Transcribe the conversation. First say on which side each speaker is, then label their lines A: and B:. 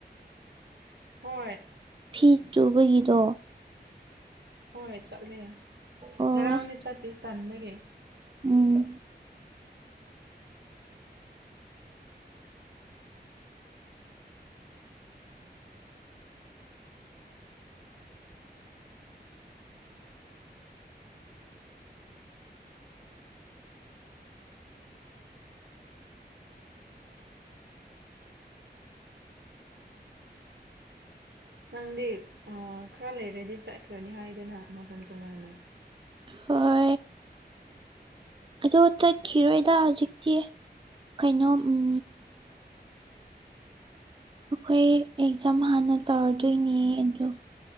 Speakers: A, on the right; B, on the right.
A: ꯍꯣꯢ
B: ꯐꯤ ꯇꯨꯕꯒꯤꯗꯣ
A: ꯍꯣꯢ ꯆꯠꯂꯦ
B: ꯑꯣ
A: ꯉꯔꯥꯡꯗꯤ ꯆꯠꯇꯦ ꯇꯟꯕꯒꯤ
B: ꯎꯝ
A: <inaudible> <unintelligible> <unintelligible> ꯅꯪꯗꯤ ꯑ ꯈꯔ ꯂꯩꯔꯗꯤ ꯆꯠꯈ꯭ꯔꯅꯤ ꯍꯥꯢꯗꯅ ꯃꯐꯝ ꯇꯣꯉꯥꯟꯅ
B: ꯍꯣꯢ ꯑꯗꯣ ꯆꯠꯈꯤꯔꯣꯢꯗ ꯍꯧꯖꯤꯛꯇꯤ ꯀꯩꯅꯣ ꯎꯝ ꯑꯈꯣꯢ ꯑꯦꯛꯖꯥꯝ ꯍꯥꯟꯅ ꯇꯧꯔꯗꯣꯢꯅꯦ ꯑꯗꯣ